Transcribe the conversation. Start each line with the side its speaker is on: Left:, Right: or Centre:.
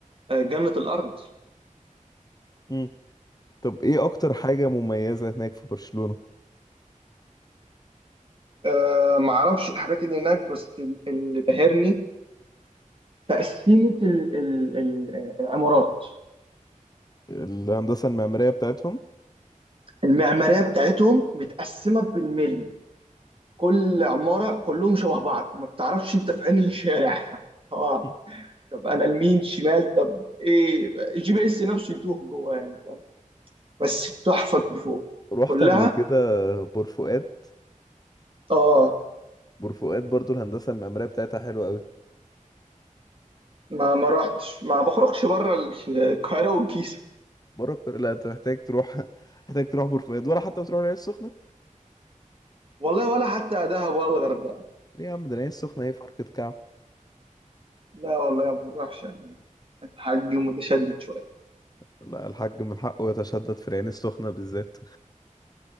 Right: آه، جنة الأرض
Left: مم. طب ايه اكتر حاجة مميزة هناك في برشلونة
Right: آه ما أعرفش الحاجات اللي هناك بس اللي بهرني تقسيمة ال ال ال العمارات
Left: الهندسة المعمارية بتاعتهم
Right: المعمارية بتاعتهم متقسمة بالملي كل عمارة كلهم شبه بعض ما تعرفش أنت في أنهي شارع <laughs> اه
Left: مم.
Right: طب أنا لمين شمال طب إيه الجي بي إس نفسه يتوه جوه يعني بس تحفة من فوق
Left: رحت
Right: كلها
Left: قبل كده بور فؤاد
Right: اه
Left: بورفؤاد برضو الهندسه المعماريه بتاعتها حلوه قوي
Right: ما ما رحتش ما بخرجش بره ال- القاهرة والجيزة
Left: بره القاهره لا انت محتاج تروح <laughs> محتاج تروح بورفؤاد ولا حتى بتروح العين السخنه
Right: والله ولا حتى دهب ولا الغردقة
Left: ليه يا عم ده العين السخنه ايه فرقه كعب
Right: لا والله ما بنروحش يعني الحاج متشدد شوية
Left: لا الحاج من حقه يتشدد في العين السخنه بالذات